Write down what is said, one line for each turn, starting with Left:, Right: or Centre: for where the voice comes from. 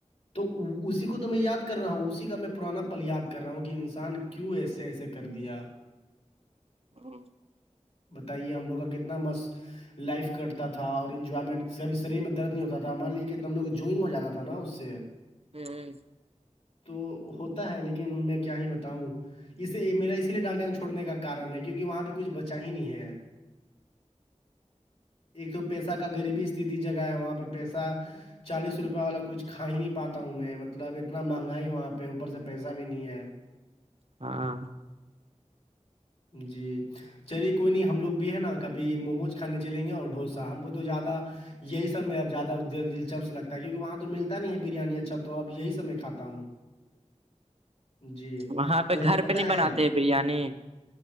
Left: تو اسی کو تو میں یاد کر رہا ہوں اسی کا میں پرانا پل یاد کر رہا ہوں کہ انسان کیوں ایسے ایسے کر دیا
Right: ہوں <unintelligible>
Left: بتائیے ہم لوگ کا کتنا مست لائف کا کرتا تھا اور انجوائمنٹ کبھی شریر میں درد نہیں ہوتا تھا مان لی کہم لوگ جوئنگ ہو جاتا تھا نا اس سے <inaudible>
Right: ہوں
Left: تو ہوتا ہے لیکن میں کیا ہی بتاؤں اس میرا اسی لیے ڈالٹے ہیں چھڑنے کا کن ہے کیونکہ وہاں پہ کچھ بچا ہی نہیں ہے ایک تو پیسہ کا غریبی است جگہ ہے وہاں پہ پیسہ چالیس روپے والا کچھ کھا ہی نہیں پاتا ہوں میں مطلب اتنا مہنگاائی وہاں پہ اوپر سے پیسہ بھی نہیں ہے
Right: ہاں ہاں
Left: جی چلیے کوئی نہیں ہم لوگ بھی ہے نا کبھی موموز کھانے چلیں گے اور ڈھوسا ہم کو تو زیادہ یہی سم میں اب زیادہ دلچسپ لگتا ہے کیونکہ وہاں تو ملتا نہیں ہے بریانی اچھا تو اب یہی سم میں کتاا ہ <unintelligible> جی
Right: وہاں پہ
Left: اور
Right: گھر
Left: پت
Right: پہ نہیں
Left: ہے
Right: بناتے بریانی